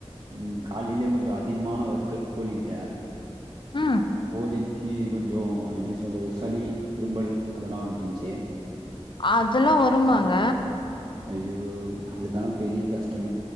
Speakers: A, on the right; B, on the left.
A: ம் காலையிலயே கொஞ்சோ அதிகமான ஒர்க்கு கோழிகிட்ட
B: அ
A: கோழிக்கு கொஞ்சோ எப்டி சொல்றது சளி இரும்பல் அதெல்லா வந்ட்டுயின்ச்சு
B: அதெல்லா வருமாங்க
A: ஐயோ அதுதா பெரிய கஷ்டமே